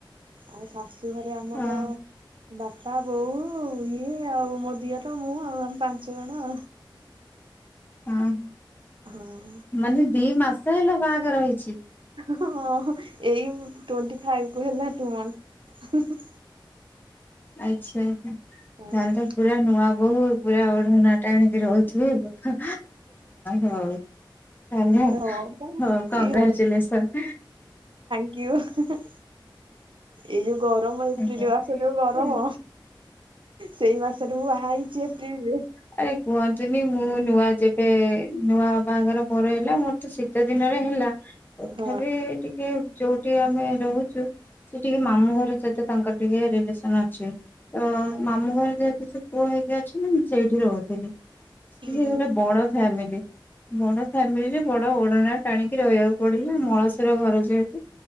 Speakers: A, on the right; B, on the left.
A: ଆଉ ସାସ୍ ଘରେ ଆମର
B: ହଁ
A: ବାପା ବୋଉ ଇଏ ଆଉ ମୋ ଦିଅର ମୁଁ ଆଉ ଆମ ପାଞ୍ଚ ଜଣ ଆଉ।
B: ହଁ
A: ହଁ।
B: ମାନେ ଦି ମାସ ହେଲା ବାହାଘର ହେଇଚି?
A: ହଁ ଏଇ ଟୋଣ୍ଟି ଫାଇପ୍ କୁ ହେଲା ଟୁ ମନ୍ତ୍ର।
B: ଆଚ୍ଛା
A: ମନ୍ଥ।
B: ତାଲେ ତ ପୁରା ନୂଆ ବୋହୁତ୍ ପୁରା ଓଢଣା ଟାଣିକି ରହୁଥିବେ ହଁ ହୋଉ। କାନ୍ହା
A: ହଁ ପା
B: ହଁ କଂଗ୍ରାଚୁଲେସନ୍।
A: ଏଇ କିସ୍ ଏଇ ଯୋଉ ଗରମ ଏପ୍ରିଲି
B: ଆଜ୍ଞା
A: ମାସ ଯୋଉ ଗରମ।
B: ହଁ।
A: ସେଇ ମାସରେ ମୁଁ ବାହା ହେଇଚି ଏପ୍ରିଲି ରେ।
B: ଆରେ କୁହନ୍ତୁନି ମୁଁ ନୂଆ ଯେବେ ନୂଆ ବାହାଘରର ମୋର ହେଲା ମୋର ତ ଶୀତ ଦିନରେ ହେଲା। ତଥାପି
A: ହଁ
B: ଟିକେ ଯୋଉଠି ଆମେ ରହୁଚୁ ସେ ଟିକେ ମାମୁଁ ଘର ସହିତ ତାଙ୍କର ଟିକେ ରିଲେସନ ଅଛି। ତ
A: ହଁ
B: ମାମୁଁ ଘରେ ଯେହେତ ସେ ପୁଅ ହେଇକି ଅଛି ନା ମୁଁ ସେଇଠି ରହୁଥିଲି। ସିଏ
A: ହଁ।
B: ଗୋଟେ ବଡ ଫ୍ୟାମିଲି। ବଡ ଫ୍ୟାମିଲିରେ ବଡ ଓଡଣା ଟାଣିକି ରହିବାକୁ ପଡିଲା ମଳସୁର ଘର ଯେହେତୁ।